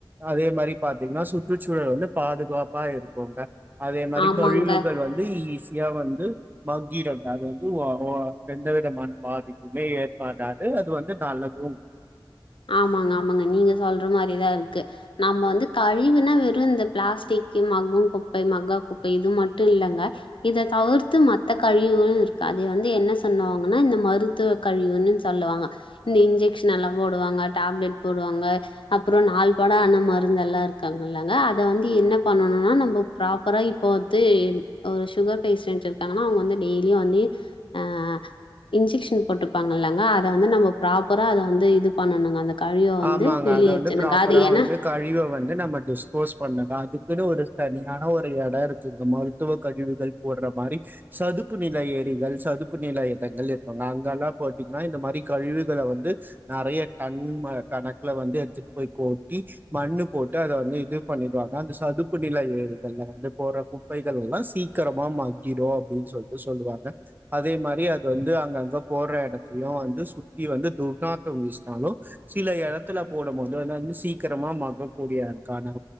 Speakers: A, on the right; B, on the left.
A: அதே மாரி பாத்தீங்ன்னா சுற்றுச்சூழல் வந்து பாதுகாப்பா இருக்குங்க அதே மாரி
B: ஆமாங்க
A: கழிவுகள் வந்து ஈஸ் யா வந்து மக்கிடம் அது வந்து ஒ ஒ எந்த விதமான பாதிப்புமே ஏற்படாது அது வந்து நல்லது
B: ஆமாங்க ஆமாங்க நீங்க சொல்ற மாரிதா இருக்கு நம்ம வந்து கழிவுனா வெறு இந்த பிளாஸ்டிக்கும் மக்கு குப்பை மக்கா குப்பை இது மட்டு இல்லங்க இத தவிர்த்து மத்த கழிவுகளு இருக்கு அத வந்து என்ன சொன்னுவாங்கன்னா இந்த மருத்துவ கழிவுன்னு சொல்லுவாங்க இந்த இன்ஜெக்ஷனல்லா போடுவாங்க டாப்லெட் போடுவாங்க அப்றோ நாள்பட அந்த மருந்தல்லா இருக்காங்களங்க அதவந்து என்ன பண்ணணுனா நம்ம ப்ராப்பரா இப்ப வந்து ஓ சுகர்பேஷன்ட் இருக்காங்கனா அவங்க வந்து டெய்லி வந்துயு ஆ இன்ஜெக்ஷன் போட்ருப்பாங்கலங்க அத வந்து நம்ம ப்ரோப்பரா அத வந்து இது பண்ணணுங்க அந்த கழிவ வந்து
A: ஆமாங்க
B: வெளியேற்றணுங்க.
A: அத வந்து ப்ராப்பரா
B: அது ஏன்னா
A: வந்து கழிவ வந்து நம்ம டிஸ்போஸ் பண்ணதா அது குனு ஒரு தனியான ஒரு எடோ இருக்குங்க மருத்துவ கழிவுகள் போட்ற மாரி சதுப்பு நில ஏரிகள் சதுப்பு நில இடங்கள் இருக்குங்க அங்கல்லா போட்டீங்னா இந்த மாரி கழிவுகள வந்து நறைய டன் ம கணக்குல வந்து எடுத்துட் போய் கோட்டி மண்ணு போட்டு அத வந்து இது பண்ணிடுவாங்க அந்த சதுப்பு நில ஏரிகள்ல வந்து போர்ற குப்பைகள் எல்லா சீக்ரமா மக்கிரு அப்டின் சொல்ட்டு சொல்வாங்க அதே மாரி அது வந்து அங்கங்க போற எடத்தலயு வந்து சுத்தி வந்து துர்நாத்தொ வீஸ்னாலு சில எடத்துல போடம்போது <unintelligible> அத வந்து சீக்கரமா மக்கக்கூடிய க்கான